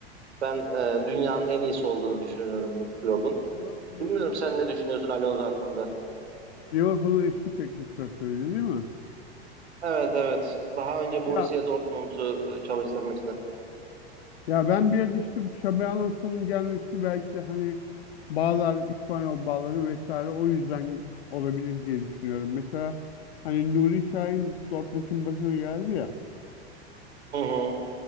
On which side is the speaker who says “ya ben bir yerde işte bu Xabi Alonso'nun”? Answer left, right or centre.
Left